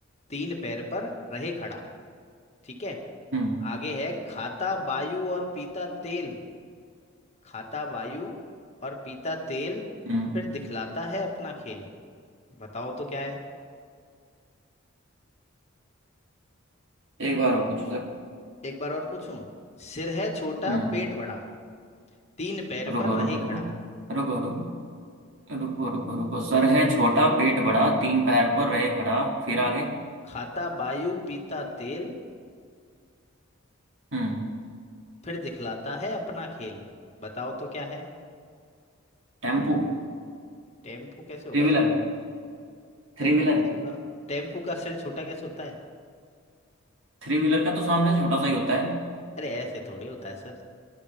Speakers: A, on the left; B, on the right.
A: तीन पैर पर रहे खड़ा ठीक है
B: हम्म
A: आगे है खाता वायु और पीता तेल खाता वायु और पीता तेल
B: हम्म
A: फिर दिखलाता है अपना खेल बताओ तो क्या है
B: एक बार और पूछो सर
A: एक बार और पूछूं सिर है छोटा
B: हम्म।
A: पेट बड़ा तीन पैर
B: रुको
A: पर रहे
B: रुको रुको
A: खड़ा
B: रुको रुको रुको रुको रुको सर है छोटा पेट बड़ा तीन पैर पर रहे खड़ा फिर आगे
A: खाता वायु पीता तेल
B: हम्म
A: फिर दिखलाता है अपना खेल बताओ तो क्या है
B: Tempo
A: टेम्पू कैसे होगा
B: Three wheeler
A: सर
B: Three
A: टेम्पू
B: wheeler
A: कैसे होगा टेम्पू का सिर छोटा कैसे होता है
B: Three wheeler का तो सामने छोटा सा ही होता है
A: अरे ऐसे थोड़ी होता है सर